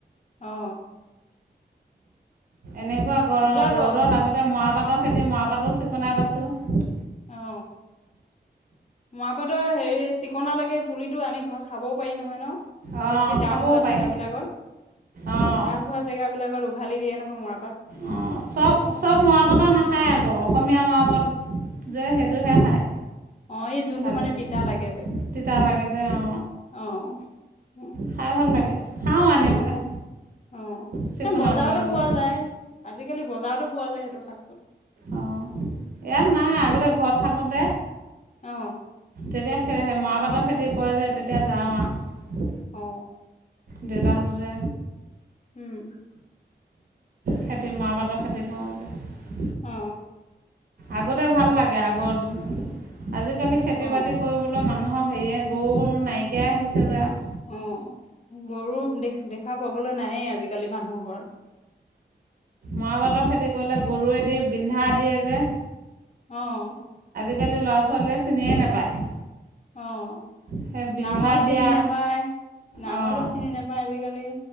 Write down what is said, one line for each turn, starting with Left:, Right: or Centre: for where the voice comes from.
Left: অ।
Right: এনেকুৱা গৰ-ৰদত
Left: ওলাব
Right: আগতে মৰাপাট তৰ খেতি মৰাপাট‌ও চিকণাই পাইছোঁ।
Left: অ। মৰাপাটৰ হেৰি চিকনালকে, পুলিটো আনি ঘৰত খাবও পাৰি নহয় ন?
Right: অঁ
Left: বেছি ডাঠ
Right: খাবও
Left: হোৱা
Right: পাৰি
Left: জেগাবিলাকত,
Right: অঁ
Left: অ', ডাঠ হোৱা জেগাবিলাকত উঘালি দিয়ে নহয় মৰাপাট।
Right: অঁ চব চব মৰাপাটৰ নাখায় আকৌ অসমীয়া মাৰাপাট যে সেইটোহে খায়
Left: অ', এই যোনটো
Right: ভাজি।
Left: মানে তিতা লাগে যে
Right: তিতা লাগে যে অ।
Left: অ', অ',
Right: খাই ভাল লাগে। খাওঁ আনি
Left: অ',
Right: পেলাই।
Left: অ',
Right: চিকুণাবলৈ
Left: এ বজাৰতো
Right: গ'লে
Left: পোৱা যায়। আজি আজিকালি বজাৰতো পোৱা যায়, সেইটো শাকতো।
Right: অ', ইয়াত নাই, আগতে ঘৰত থাকোতে।
Left: অ।
Right: তেতিয়া খেৰ-মৰাপাটৰ খেতি কৰে, যে তেতিয়া যাওঁ আও।
Left: অ।
Right: দেউতাহঁতে।
Left: উম। <inaudible>
Right: খেতি মৰাপাটৰ খেতি কৰোঁ।
Left: অ।
Right: আগতে ভাল লাগে, আগৰ। আজিকালি খেতি-বাতি
Left: অ',
Right: কৰিবলো মা। মানুহৰ হেৰিয়ে গৰু-গৰু নাইকিয়াই হৈছে গৈ আও।
Left: অ', গৰু দে-দেখা পাবলৈ নায়ে আজি। কালি মানুহৰ ঘৰত।
Right: মৰা পাটৰ খেতি কৰিলে গৰুৱেদি বিন্ধা দিয়ে যে।
Left: অ।
Right: আজিকালি ল'ৰা ছোৱালীয়ে চিনিয়ে নাপায়।
Left: অ',
Right: সেই বিন্ধা
Left: নাঙল চিনি
Right: দিয়া
Left: নোপায়, নাঙলো
Right: অঁ
Left: চিনি নোপায় আজিকালি,